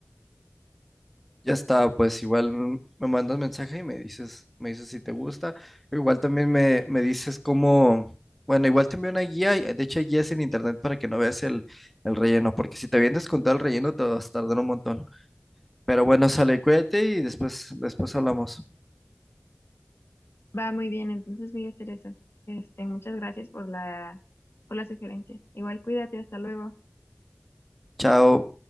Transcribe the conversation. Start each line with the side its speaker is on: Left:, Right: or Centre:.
Centre: Ya está, pues igual mm, me mandas mensaje y me dices, me dices si te gusta. Igual también me, me dices cómo, bueno, igual te envío una guía, y- de hecho hay guías en internet para que no veas el, el relleno, porque si te vienes con todo el relleno te vas a tardar un montón. Pero bueno, sale, cuídate y después, después hablamos.
Left: Va muy bien, entonces voy a hacer eso. Este, muchas gracias por la, por la sugerencia. Igual cuídate, hasta luego.
Centre: Chao.